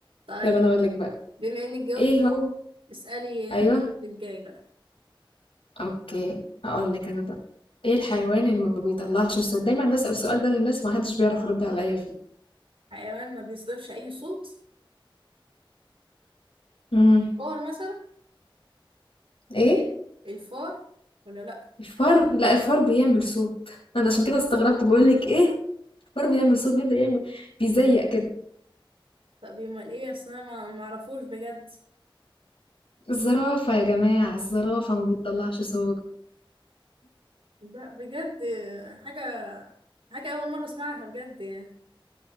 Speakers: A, on the right; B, on the left.
A: طيب
B: طيب انا اقول لك بقى
A: بما انك جاوبتي
B: ايه هو
A: اسألي
B: ايوه
A: للجاي بقى
B: اوكي هقول لك انا بقى ايه الحيوان اللي ما بيطلعش صوت دايما بسأل السؤال ده للناس ما حدش بيعرف يرد عليا فيه
A: حيوان ما بيصدرش أي صوت
B: مم.
A: فار مثلا
B: ايه
A: الفار ولا لأ
B: الفار لا الفار بيعمل صوت انا عشان كده استغربت بقول لك ايه الفار بيعمل صوت بيفضل يعمل بيزيق كده
A: طب يبقى ايه أصل أنا ما معرفوش بجد
B: الزرافة يا جماعة الزرافة ما بتطلعش صوت
A: ب- بجد حاجة حاجة أول مرة أسمعها بجد يعني